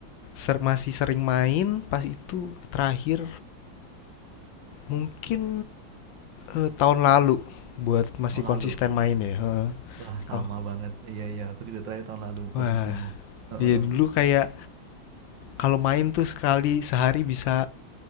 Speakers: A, on the left; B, on the right.
A: ser masih sering main pas itu terakhir mungkin eh, tahun lalu buat masih
B: Tahun lalu.
A: konsisten main ya. heeh.
B: Wah, sama
A: Kalau
B: banget. Iya, iya. Aku juga terakhir tahun lalu
A: wah,
B: konsistennya. Heeh,
A: iya
B: heeh.
A: dulu kayak kalau main tuh sekali sehari bisa